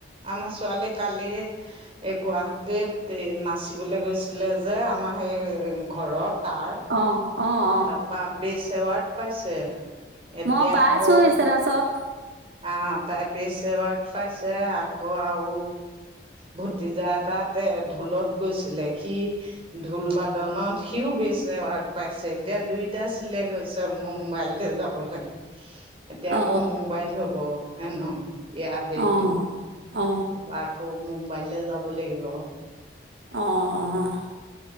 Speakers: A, on the right; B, on the right.
A: আমাৰ ছোৱালীয়ে কালি। এই গুৱাহাটীত এই নাচিবলৈ গৈছিলে যে আমাৰ সেই ঘৰত। তাৰ
B: অ অ অ
A: তাৰপা বেচ এৱাৰ্ড পাইছে। এতিয়া
B: মই পাইছো
A: আকৌ
B: ইচতাচত।
A: আহ, তাই বেছ এৱ্ড পাইছে আকৌ আৰু ভতিজা এটাতে ঢোলত গৈছিলে সি, ঢোল বাদনত সিও বেছ এৱাৰ্ড পাইছে এতিয়া দুইটা চিলেক্ট হৈছে। মুম্বাইলৈ যাবলে এতিয়া আকৌ
B: অ
A: মুম্বাইত হব হেনো। এয়া হেৰিতটো
B: অ
A: তাপা
B: অ
A: আকৌ মুম্বাইলৈ যাব লাগিব।
B: অ অ,